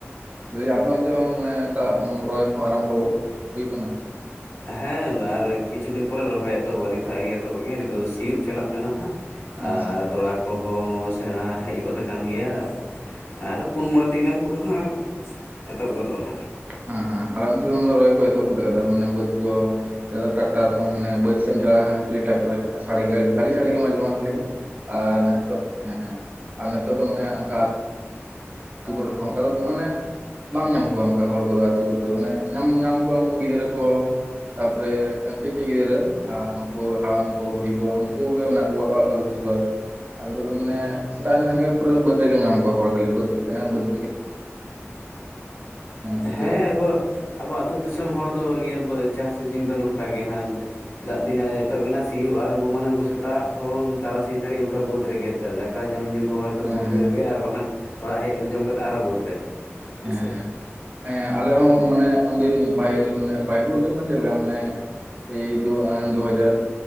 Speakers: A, on the right (about 35°); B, on the left (about 55°).
A: ᱞᱟᱹᱭ ᱫᱟᱹᱧ ᱟᱯᱮ ᱛᱮᱦᱚᱸ ᱢᱟᱱᱮ ᱚᱱᱠᱟ ᱩᱸ ᱨᱚᱦᱚᱭ ᱦᱚᱸ ᱟᱨᱟᱢᱵᱷᱚ ᱦᱩᱭ ᱠᱟᱱᱟ?
B: ᱦᱮᱸ ᱟᱨ ᱠᱤᱪᱷᱩ ᱫᱤᱱ ᱯᱚᱨᱮ ᱨᱚᱦᱚᱭ ᱮᱛᱚᱦᱚᱵᱚᱜᱼᱟ ᱱᱤᱛᱚᱜ ᱟᱣᱨᱤ ᱮᱛᱚᱦᱚᱵᱚᱜ ᱜᱮᱭᱟ ᱱᱤᱛᱚᱜ ᱫᱚ ᱥᱤᱭᱳᱜ ᱪᱟᱞᱟᱜ ᱠᱟᱱᱟ ᱦᱟᱸᱜ᱾
A: ᱟᱪᱪᱷᱟ
B: ᱟᱨ
A: ᱦᱮᱸ
B: ᱛᱚᱲᱟ ᱠᱚᱦᱚᱸ ᱥᱮᱬᱟ ᱦᱮᱡ ᱜᱚᱫ ᱟᱠᱟᱱ ᱜᱮᱭᱟ, ᱟᱨ ᱯᱩᱱ ᱢᱚᱬᱮ ᱫᱤᱱ ᱜᱟᱱ ᱠᱚᱫᱚ ᱦᱟᱸᱜ ᱮᱛᱚᱦᱚᱵ ᱜᱚᱫᱚᱜᱼᱟ ᱦᱟᱸᱜ᱾
A: ᱦᱮᱸ ᱦᱮᱸ ᱟᱞᱮ ᱱᱚᱛᱮ ᱫᱚ ᱢᱟ ᱨᱚᱦᱚᱭ ᱠᱚ ᱮᱛᱚᱦᱟᱵ ᱜᱚᱫ ᱠᱟᱫᱟ ᱢᱟᱱᱮ ᱵᱟᱹᱫᱽ ᱠᱚ ᱦᱤᱛᱳᱜ ᱫᱚ ᱴᱟᱠᱴᱟᱨ ᱠᱷᱚᱱ ᱢᱟᱱᱮ ᱵᱟᱫᱽ ᱥᱮᱱ ᱮᱢ ᱪᱟᱞᱟᱣ ᱞᱮᱱᱠᱷᱟᱱ ᱠᱷᱟᱹᱞᱤ ᱴᱨᱟᱠᱴᱚᱨ ᱥᱟᱰᱮ ᱜᱮ ᱜᱟᱰᱤ ᱫᱟᱲᱮ ᱜᱮᱢ ᱟᱸᱡᱚᱢ ᱢᱟ ᱠᱷᱟᱹᱞᱤ᱾ ᱟᱨ ᱱᱤᱛᱚᱜ ᱦᱮᱸ ᱦᱮᱸ ᱟᱨ ᱱᱤᱛᱚᱜ ᱫᱚ ᱢᱟᱱᱮ ᱚᱱᱠᱟ ᱚᱱᱟ ᱠᱚᱨᱮ ᱦᱚᱸ ᱚᱱᱠᱟ ᱫᱚ ᱢᱟᱱᱮ ᱵᱟᱢ ᱧᱟᱢ ᱠᱚᱣᱟ᱾ ᱦᱚᱲ ᱠᱚᱫᱚ ᱟᱹᱛᱩ ᱠᱚᱫᱚ ᱢᱟᱱᱮ ᱧᱟᱢ ᱧᱟᱢ ᱠᱚᱣᱟ ᱩᱱᱠᱩ ᱜᱤᱫᱽᱨᱟᱹ ᱠᱚ ᱛᱟᱯᱚᱨᱮ ᱮᱢ. ᱯᱤᱹᱠᱤ ᱜᱤᱫᱽᱨᱟᱹ ᱟᱨ ᱩᱱᱠᱩ ᱦᱟᱲᱟᱢ ᱠᱚ ᱵᱩᱰᱷᱤ ᱠᱚ ᱩᱱᱠᱩ ᱠᱚ ᱢᱮᱱᱟᱜ ᱠᱚᱣᱟ ᱚᱲᱟᱜ ᱠᱚᱨᱮ ᱫᱚ ᱵᱮᱥ ᱠᱚᱣᱟ ᱟᱨ ᱦᱤᱛᱳᱜ ᱫᱚ ᱢᱟᱱᱮ ᱥᱮᱛᱟᱜ ᱮᱱ ᱠᱷᱟᱱ ᱜᱮ ᱯᱩᱨᱟᱹ ᱵᱟᱹᱫᱽ ᱨᱮᱜᱮᱢ ᱧᱟᱢ ᱠᱚᱣᱟ ᱦᱚᱲ ᱠᱷᱟᱹᱞᱤ ᱵᱟᱹᱫᱽ ᱛᱮᱜᱮ᱾ ᱤᱱᱠᱟᱹ
B: ᱦᱮᱸ
A: ᱜᱮ
B: ᱟᱵᱚ ᱟᱵᱚ ᱟᱹᱛᱩ ᱫᱤᱥᱚᱢ ᱦᱚᱲ ᱫᱚ ᱱᱤᱭᱟᱹ ᱵᱟᱨ. ᱪᱟᱥ ᱥᱤᱡᱤᱱ ᱫᱚ ᱱᱚᱝᱠᱟ ᱜᱮ ᱦᱟᱸᱜ᱾ ᱫᱟᱜ ᱫᱤᱱ ᱮᱛᱚᱦᱚᱵ ᱮᱱᱟ ᱥᱤᱭᱳᱜ ᱟᱨᱟᱢᱵᱚ ᱢᱟᱱᱮ ᱩᱱᱠᱩ ᱥᱮᱛᱟᱜ ᱠᱷᱚᱱ ᱛᱟᱨᱟᱥᱤᱧ ᱫᱷᱟᱹᱨᱤᱡ ᱚᱱᱠᱟ ᱵᱟᱹᱫᱽ ᱨᱮᱜᱮ᱾ ᱛᱮ ᱫᱟᱠᱟ ᱡᱚᱢ ᱧᱩ ᱠᱚ ᱦᱚᱭᱛᱳ
A: ᱦᱮᱸ
B: ᱵᱟᱹᱫᱽ
A: ᱦᱮᱸ
B: ᱨᱮᱜᱮ ᱟᱨ ᱵᱟᱠᱷᱟᱱ ᱚᱲᱟᱜ ᱦᱮᱡ ᱠᱟᱛᱮᱫ ᱡᱚᱢ ᱠᱟᱛᱮ ᱟᱨᱚ ᱵᱟᱹᱫᱽ ᱨᱮ᱾ ᱦᱮᱸᱥᱮ
A: ᱦᱮᱸ ᱦᱮᱸ ᱟᱞᱮ ᱦᱚᱸ ᱢᱟᱱᱮ ᱩᱱᱫᱤᱱ ᱯᱟᱦᱤᱞ ᱢᱟᱱᱮ ᱯᱟᱦᱤᱞ ᱵᱚᱞᱛᱮ ᱢᱟᱱᱮ ᱪᱮᱫ ᱞᱮᱠᱟ ᱢᱟᱱᱮ ᱮᱭ ᱫᱩ ᱫᱩ ᱦᱟᱡᱟᱨ